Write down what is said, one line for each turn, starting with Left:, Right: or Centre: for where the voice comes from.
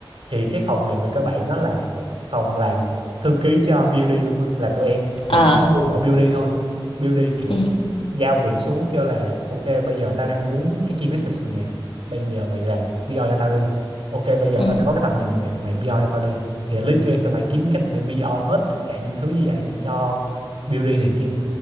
Right: thì cái phòng này về các bạn nó là phòng làm thư ký cho BUD luôn á là tụi em chỉ
Left: Ờ.
Right: có mua mỗi BUD thôi BUD kiểu
Left: Ừ.
Right: giao việc xuống kêu là ok bây giờ tao đang muốn cái key message này nè bây giờ mày làm PR cho tao đi ok bây giờ
Left: Ừ.
Right: tao đã có cái tầm nhìn này nè mày PR cho tao đi thì list của em sẽ phải kiếm cách để PR hết tất cả những thứ như vậy cho BUD này kia